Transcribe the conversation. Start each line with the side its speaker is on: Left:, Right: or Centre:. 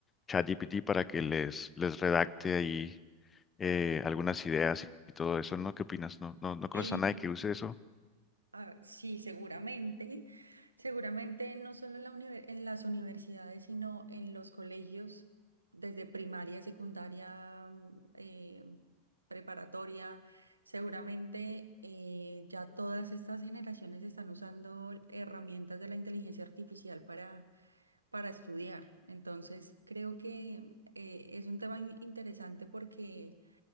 Left: ChatGPT para que les, les redacte ahí eh, algunas ideas y, y todo eso, ¿no? ¿Qué opinas? ¿No, no, no conoces
Right: Y,
Left: a nadie que use eso?
Right: ah, sí, seguramente, seguramente no solo en la univer- en las universidades, sino en los colegios, desde primaria, secundaria, mm, eh, preparatoria, seguramente eh, ya todas estas generaciones están usando herramientas de la inteligencia artificial para para estudiar. Entonces, creo que eh, es un tema in- interesante porque